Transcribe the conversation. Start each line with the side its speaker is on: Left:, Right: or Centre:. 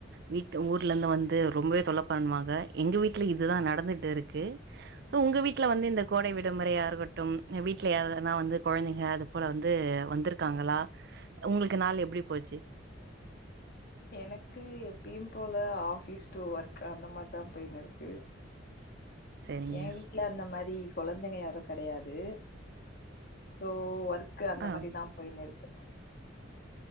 Right: வீட்டு் ஊர்லந்து வந்து ரொம்பவே தொல்ல பண்வாங்க எங்க வீட்ல இதுதா நடந்துட் இருக்கு சோ உங்க வீட்ல வந்து இந்த கோடை விடுமுறையா இருக்கட்டும் வீட்ல யாரதனா வந்து கொழந்தைங்க அது போல வந்து வந்திருக்காங்களா உங்களுக்கு நாள் எப்டி போச்சி
Left: எனக்கு எப்பியு போல ஆஃபீஸ் டு ஒர்க் அந்த மாரி தா போய்னு இருக்கு
Right: சரிங்க
Left: ஏ வீட்ல அந்த மாரி கொழந்தைங்க யாரு கெடையாது சோ ஒர் க்கு அந்த
Right: ஆ
Left: மாரி தா போய்னு இருக்கு